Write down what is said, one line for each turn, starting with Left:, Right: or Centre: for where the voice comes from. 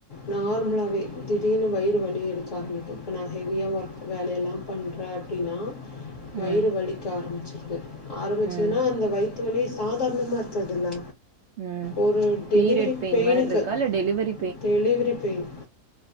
Left: நார்மலாவே திடீர்னு வயிறு வலி எடுக்க ஆரம்மிக்கு இப்ப நா ஹெவியா ஒர்க் வேலையெல்லா பண்றே அப்டின்னா வயிறு
Right: ம்
Left: வலிக்க ஆரம்பிச்சிருது ஆரம்பிச்சதுன்னா
Right: ம்
Left: அந்த வய் த்து வலி சாதாரணமா இருக்கற்துல்ல
Right: ம்
Left: ஒரு டெலிவரி
Right: பீரியட் பெயின்
Left: பெய்னுக்கு
Right: மாரி இருக்கா? இல்ல டெலிவரி
Left: டெலிவரி பெய்ன்